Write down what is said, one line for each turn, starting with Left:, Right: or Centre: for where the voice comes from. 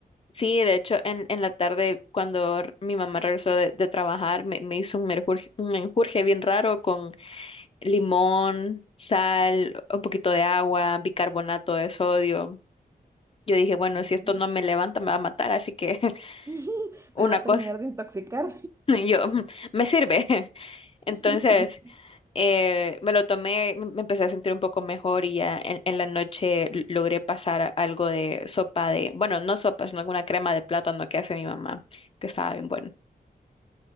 Left: Sí, de hecho, en, en la tarde, cuando r- mi mamá regresó de, de trabajar, me, me hizo un menjurje, un menjurje bien raro con limón, sal, un poquito de agua, bicarbonato de sodio. Yo dije, bueno,
Right: No.
Left: si esto no me levanta, me va a matar, así que <laughs>
Right: <laughs>
Left: una
Right: Me va a
Left: cosa,
Right: terminar de intoxicar.
Left: <laughs> y yo, "Mm, me sirve. <laughs> Entonces,
Right: <laughs>
Left: eh, me lo tomé, me me empecé a sentir un poco mejor y ya en, en la noche l- logré pasar a- algo de sopa de, bueno, no sopa, sino alguna crema de plátano que hace mi mamá, que estaba bien buena.